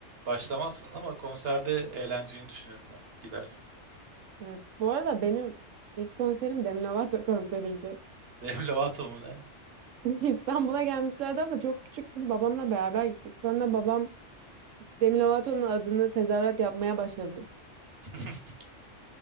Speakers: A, on the right; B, on the right.
A: başlamazsın ama konserde eğlenceyi düşünüyorum ben gidersen.
B: Evet bu arada benim ilk konserim Demi Lovato konseriydi.
A: <laughs> Demi Lovato mu ne?
B: <laughs> İstanbul'a gelmişlerdi ama çok küçüktüm. Babamla beraber gittik. Sonra babam Demi Lovato'nun adını tezahürat yapmaya başladı.
A: <laughs>